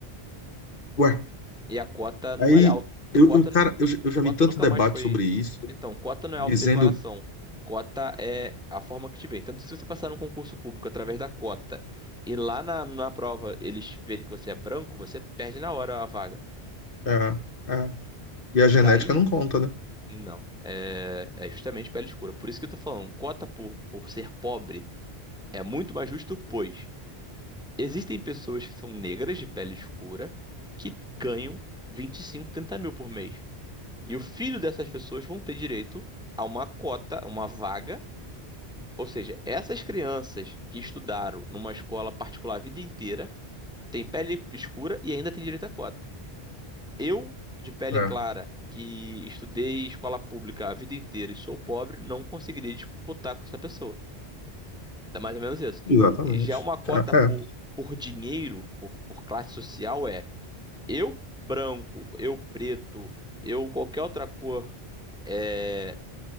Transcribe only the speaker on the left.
Ué,
aí.
Eu,
eu- cara,
eu, já eu já
vi tanto
debate
sobre isso,
dizendo.
É, é, e a genética
não conta,
né?
Exatamente.
É,
é.